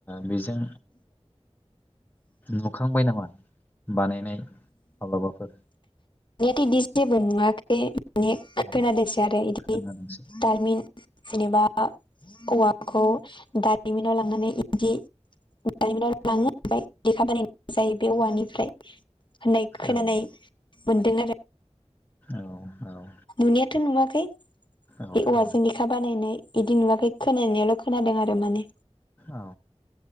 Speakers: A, on the left (about 15°); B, on the left (about 45°).
A: बेजों नुखांबाय नामा बानायनाय माब्लाबाफोर
B: दनायाथ' बिदि जेबो नुवाखै मान
A: औ
B: खोनादोंसै आरो इदि
A: खोनादोंसो
B: दारिमिन जेनेबा औवाखौ दारिमिनाव लांनानै इदि लाङनो हाय लेखा बानायनाय जायो बे औवानिफ्राय होननाय खोनानै
A: औ
B: मोनदों आरो
A: औ औ
B: नुनायाथ' नुवाखै
A: औ
B: बे औवाजों
A: औ
B: सिखा बानायनाय इदि नुवाखै खोनानायल' खोनादों आरो माने
A: औ